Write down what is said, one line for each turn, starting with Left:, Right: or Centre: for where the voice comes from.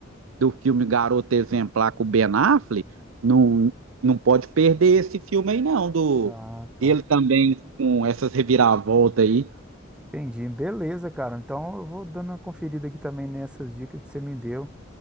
Right: do filme Garota Exemplar com o Ben Affleck, não, não pode perder esse filme aí, não, do
Centre: ah, tá.
Right: dele também com essas reviravoltas aí.
Centre: Entendi. Beleza, cara. Então eu vou dando uma conferida aqui também nessas dicas que você me deu.